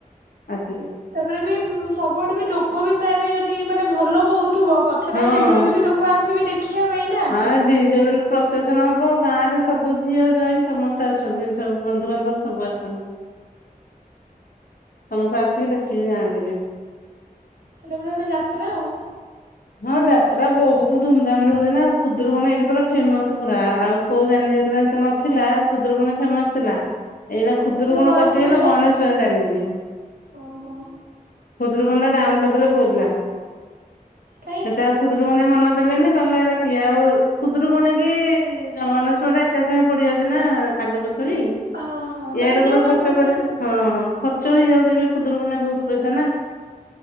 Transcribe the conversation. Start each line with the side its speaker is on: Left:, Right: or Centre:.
Left: ଆସିକି।
Right: ତା ପରେ ବି ଉଁ ସବୁଆଡେ ବି ଲୋକ ବି ପ୍ରାୟ ବି ଯଦି ମାନେ ଭଲ ହଉଥୁବ କଥାଟା
Left: ହଁ।
Right: ଖେଳିଗଲେ ବି ଲୋ କ ଆସିବେ ଦେଖିବା ପାଇଁ ନା।
Left: ଆ ଦି ଯୋଉ ଦିନ ପ୍ରସେସନ ହବ ଗାଁ ରେ ସବୁ ଝିଅ ଜ୍ଵଇଁ ସମସ୍ତେ ଆସନ୍ତି ସବୁ ବନ୍ଧୁ ବାନ୍ଧବ ସବୁ ଆ ସନ। ସମସ୍ତେ ଆସିକି ଦେଖିକି ଯାଆନ୍ତି ବି।
Right: ମାନେ ପୁରା ଗୋଟେ ଯାତ୍ରା ଆଉ।
Left: ହଁ ଯାତ୍ରା ବହୁତ ଧୁମ ଧାମରେ ହୁଏ ନା ଆଉ ଖୁଦୁରୁକୁଣି ଏଇଠି ପୁରା ଫେମସ ପୁରା ଆ-ଆଉ। କୋଉ ଜାନି ଯାତ୍ରା ତ ଏତେ ନଥିଲା ଖୁଦୁରୁ କୁଣୀ ଫେମସ ଥିଲା। ଏଇନା ଖୁଦୁରୁ
Right: ତାପରେ
Left: କୁଣି
Right: ଗଣେଶ
Left: କଟିଗଲା
Right: ପୂଜା
Left: ଗଣେଶ ପୂଜା ଚାଲିଛି।
Right: ଓହୋ
Left: ଖୁଦୁରୁକିଣି ଟା ଡାଉନ କରିଦେଲେ ପୁଅ ପିଲା।
Right: କାହିଁକି
Left: ସେତେ ଆଉ ଖୁଦରୁକୁଣୀ ମନ ଦେଲେନି କହିଲେ ଏରା କିଏ ଆଉ ଖୁଦୁରୁକୁଣି କି ଗଣେଶ। ଯୋଡ଼େ ଏକା ସାଙ୍ଗେ ପଡି ଯାଉଛି ନା ଆଗ ପଛ ହେଇ
Right: ହଁ ହଁ
Left: ଇଆଡକୁ
Right: ମାନେ ଯୋଉ
Left: ର ଖର୍ଚ୍ଚ
Right: ଗୋଟେରେ
Left: କରିକି
Right: କରିଦେବେ
Left: ହଁ। ଖର୍ଚ୍ଚ ହେଇ ଯାଉଛିି ବି ଖୁଦୁରୁ କୁଣି ରେ ବହୁତ ପଇସା ନା।